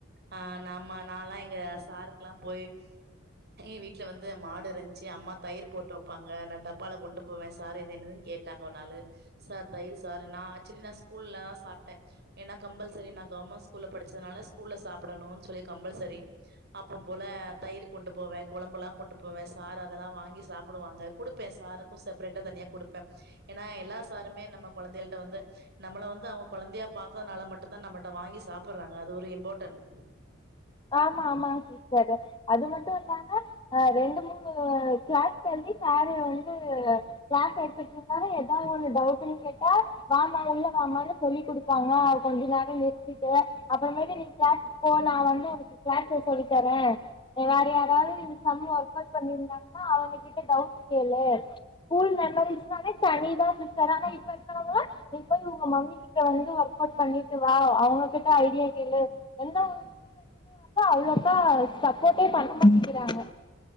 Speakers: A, on the right; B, on the left.
A: ஆஹ் நாம அன் நாலா எங்க சாருக்குலா போய் ஏ வீட்டுல வந்து மாடு இருந்ச்சு அம்மா தயிர் போட்டு வெப்பாங்க நா டப்பால கொண்டு போவே சார் இது என்னதுன்னு கேட்டாங்க ஒரு நாளு சார் தயிர் சாரு நா சின்ன ஸ்கூல்ல தா சாப்ட்டே ஏன்ன கம்பெல்ஸரி நா கவர்மெண்ட் ஸ்கூல்ல படிச்சதுனால ஸ்கூல்ல சாப்டணுன் சொல்லி கம்பல்சரி அப்போம் போல தயிர் கொண்டு போவே கொழம்புல்லா கொண்டு போவே சாரு அதெல்லா வாங்கி சாப்டுவாங்க குடுப்பே சாருக்கு செப்ரேட்டா தனியா குடுப்ப ஏனா எல்லா சாருமே நம்ம கொழந்தைகள்ட வந்து நம்மள வந்து அவங்க கொழந்தையா பாக்கறனால மட்டுதா நம்மள்ட்ட வாங்கி சாப்புடுறாக அது ஒரு இம்பார்டன்ட்
B: ஆமா ஆமாங்க சிஸ்டர் அது மட்டு இல்லாம ஆஹ் ரெண்டு மூணு கிளாஸ் தள்ளி சாரு வந்து கிளாஸ் எடுத்துட்டு இருந்தாரு ஏதாவது ஒன்னு டவுடுன்னு கேட்டா வாமா உள்ள வாமான்னு சொல்லி குடுப்பாங்க கொஞ்ச நேர நிறுத்திட்டு அப்புறமேட்டு நீ கிளாஸ் போ நா வந்து ஒகே கிளாஸ்ல சொல்லி தரே வேற யாரவது இந்த சம் வர்கவுட் பண்ணிர்ந்தாங்கனா அவங்ககிட்ட டவுட் கேளு ஸ்கூல் மெமரிஸ் நாளே தனி தா சிஸ்டர் ஆனா இப்ப இருக்கறவங்கலா நீ போய் உங்க மம்மி கிட்ட வந்து வர்கவுட் பண்ணிட்டு வா அவங்ககிட்ட ஐடியா கேளு எந்த ஒரு ஸ்டுடன்ட் மேமெ வந்து அவ்ளோக்கா சப்போட்டே பண்ண மாட்டேகிறாங்க